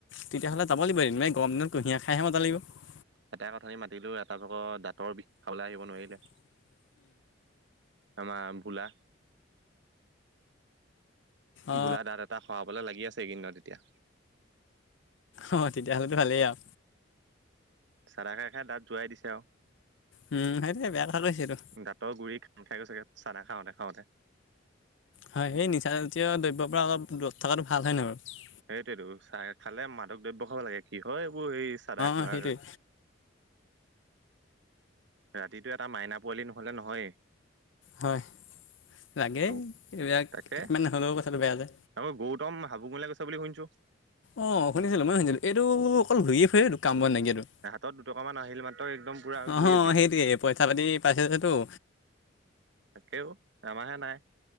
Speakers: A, on the left (about 75°); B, on the right (about 65°).
A: তেতিয়াহ'লে যাব লাগিব এদিনমান গৰমদিনত কুঁহিয়াৰ খাইহে মজা লাগিব।
B: এটা কথানি মাতিলো এটা ভাগৰ দাঁতৰ বিষ খাৱলে লৈ আহিব নোৱাৰিলে আমাৰ বোলা
A: অ
B: বোলা দাতঁ এটা সৰাবলে লাগি আছে এইকেই দিনত এতিয়া।
A: অহ তেতিয়াহ'লেতো ভালেই আও।
B: চাদা খাই খাই দাতঁ যোৱাই দিছে আও।
A: উম সেইটো বেয়া কথা সেইটো।
B: দাঁতৰ গুৰি খাই গৈ চাগে চাদা খাওঁতে খাওঁতে
A: হয় সেই নিচা জাতীয় দ্ৰব্যৰ পৰা অলপ দূৰত থকাটো ভাল হয় নাই বাৰু।
B: সেইটোতো চাদা খালে মাদক দ্ৰব্য খাব লাগে কি হয় এইবোৰ এই চাদা খোৱাৰ।
A: অঁ সেইটোৱে
B: ৰাতিটো এটা মাইনা পোৱালি নহলে নহয়
A: হয় লাগে
B: এইবোৰ
A: এইবিলাক
B: তাকে
A: একমান নহ'লেও কথাটো বেয়া যে।
B: আকৌ গৌতম হাবুং কলে গৈছে বুলি শুনিছো।
A: অঁ শুনিছিলো মই শুনিছিলোঁ এইটো অকল ঘূৰিয়ে ফুৰে এইটো কাম ব নাইকীয়াটো।
B: হাতত দুটকা মান আহিল মাত্ৰ একদম পোৰা
A: অঁ
B: ঘূৰি ফুৰিব।
A: সেইটোৱে পইচা পাতি পাইছে যেতো
B: তাকেও আমাহে নাই।